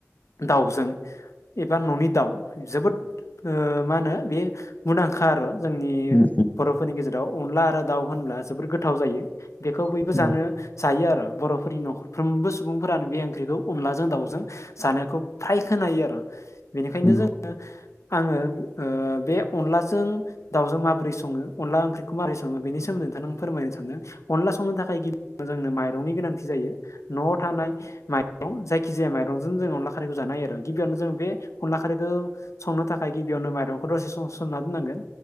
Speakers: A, on the left (about 70°); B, on the left (about 30°).
A: दाउजों एबा न'नि दाउ जोबोद ओ मा होनो बे मुंदांखा आरो जोंनि
B: उम
A: बर'फोरनि गेजेराव दाव अनला आरो दाउ होनोब्ला जोबोर गोथाव जायो बेखौ बयबो
B: उम
A: जानो जायो आरो बर'फोरनि न'खरफ्रोमबो सुबुंफोरानो बे ओंख्रिखौ अनलाजों दाउजों जानायखौ फ्राय खोनायो आरो बेनिखायनो
B: उम
A: जोङो आङो ओ बे अनलाजों दावजों माबोरै सङो अला ओंख्रिखौ माबोरै सङो बेनि सोमोन्दै नोंथां फोरमायनो सानदों अन अनला संनो थाखाय गिबियावनो जोंनो माइरंनि गोनां जायो न'आव थानाय मरं जायखि जाया मयरं जों जों अनला खारैखौ जानो हायो आरो गिबियावनो जों बे अनला खारैखौ संनो थाखाय गिबियावनो माइरंखौ दसे सम सोमना दोननांगोन